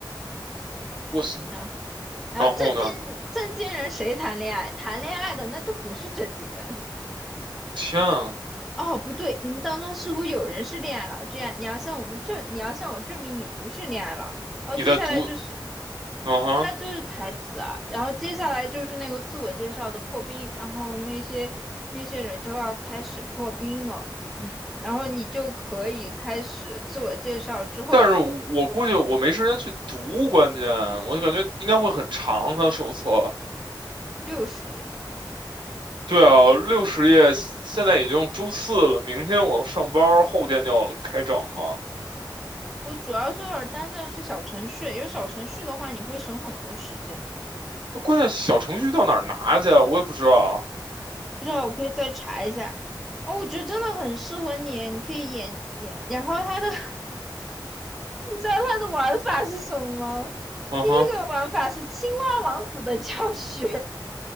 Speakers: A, on the right; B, in the centre.
A: 我是
B: 啊，然后正经正经人谁谈恋爱？
A: 然后呢？
B: 谈恋爱的那都不是正经人。
A: 天啊，
B: 哦，不对，你们当中似乎有人是恋爱脑，这样你要向我们证，你要向我证明你不是恋爱脑。然后接下来就是，
A: 你在读？嗯
B: 对啊，就是台词啊。然后接下来就是那个自我介绍的破冰，然后那些那些人就要开始破冰了，嗯，然后你就可以开始自我介绍之后
A: 但是我估计我没时间去读，关键我就感觉应该会很长，它手册。
B: 六十页。
A: 对啊，
B: 对，
A: 六十页，现在已经周四了，明天我上班儿后天就要开整了。
B: 我主要是有点担心的是小程序，有小程序的话，你会省很多时间。
A: 那关键小程序到哪儿拿去啊？我也不知道。
B: 不知道，我可以再查一下。哦，我觉得真的很适合你，你可以演演。然后他的，<laughs> 你知道他的玩法是什么吗？
A: 嗯哼，
B: 第一个玩法是青蛙王子的教学，